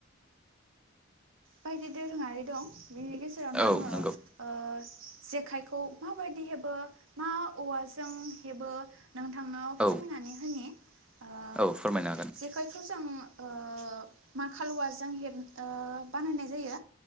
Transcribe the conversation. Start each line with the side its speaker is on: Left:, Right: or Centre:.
Right: बायदि दोरोङारि दं। बिनि गेजेरावनो
Centre: औ
Right: आङो
Centre: नंगौ
Right: ओ जेखाइखौ माबायदि हेबो मा औवाजों हेबो। नोंथांनाव
Centre: औ
Right: फोरमायनानै होनि। ओ
Centre: औ फोरमायनो हागोन।
Right: जेखाइखौ जों ओ-माखालवाजों हेब ओ- बानायनाय जायो।